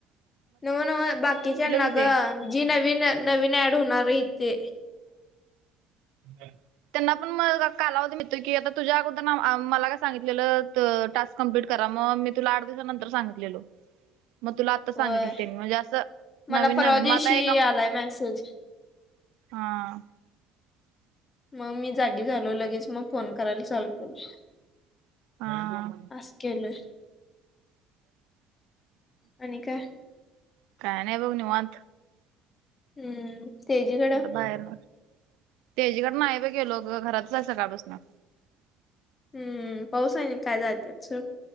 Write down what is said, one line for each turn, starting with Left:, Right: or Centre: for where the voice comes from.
Left: नव नव बाकीच्याना
Right: की ते
Left: ग जी नवीन नवीन ऍड होणार इथे.
Right: हम्. त्यांना पण म कालावधी मिळतोय की आता तुझ्या अगोदर आ मला काय सांगितलेलं त टास्क. कम्प्लट करा मग मी तुला आठ दिवसा नंतर सांगलेलो मग तुला. आत्ता सांगितली
Left: होय
Right: तेन म्हणजे असं
Left: मला
Right: नवीन
Left: परवा
Right: नवीन मग
Left: दिवशी
Right: आता एका.
Left: आलाय मेसेज
Right: हा.
Left: मग मी जागी झालो लगेच. मग फोन करायला चालू केलंय
Right: हा
Left: अस केलय. आणि काय
Right: काय नाही बघ निवत.
Left: हम्म तेजीकडं
Right: कुठे बाहेर तेजीकड नाही बाई गेलो घ घरात आहे सकाळपसून.
Left: हम्म पाऊस आहे ना काय जात्यात सोड.